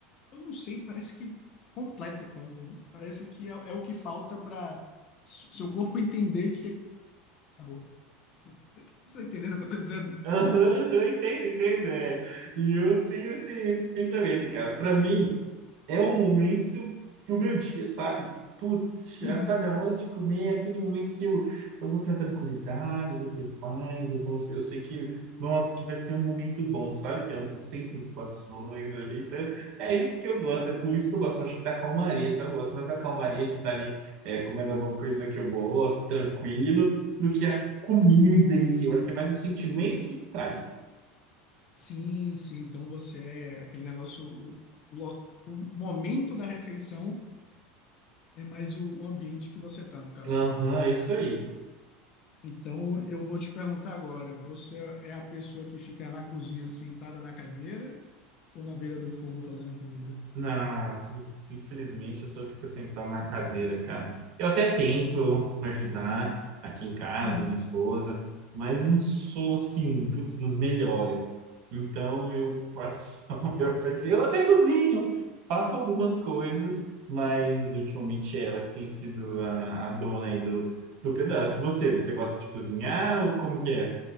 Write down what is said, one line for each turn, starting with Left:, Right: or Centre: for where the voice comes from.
Left: eu não sei, parece que completa o combo, né? Parece que é, é o que falta para seu corpo entender que acabou. Você você tá você tá entendendo o que eu tô dizendo?
Right: Aham, eu entendo, entendo, é. E eu tenho esse, esse pensamento, cara. Pra mim, É o momento do meu dia, sabe? Putz, já
Left: Uhum.
Right: sabe, a hora de comer é aquele momento que eu, eu vou ter tranquilidade, eu vou ter paz, eu vou, eu sei que, nossa, que vai ser um momento bom, sabe? Que é sem preocupações ali. Então, é isso que eu gosto, é por isso que eu gosto, acho que da calmaria, sabe? Eu gosto mais da calmaria de estar ali é, comendo alguma coisa que eu gosto, tranquilo, do que a comida em si. Eu acho que é mais o sentimento que ele traz.
Left: Sim, sim. Então você é aquele negócio, o, o lo- o momento da refeição é mais o, o ambiente que você tá, no caso.
Right: Aham,
Left: Eu-
Right: é isso aí.
Left: então eu vou te perguntar agora, você é a pessoa que fica na cozinha sentada na cadeira ou na beira do fogo fazendo a comida?
Right: Na, putz, infelizmente eu só fico sentado na cadeira, cara. Eu até tento ajudar aqui em casa,
Left: Uhum.
Right: minha esposa, mas eu não sou assim, putz, dos melhores. Então eu passo <laughs> a maior Eu até cozinho, faço algumas coisas, mas ultimamente é ela que tem sido a, a dona aí do, do pedaço. E você, você gosta de cozinhar ou como que é?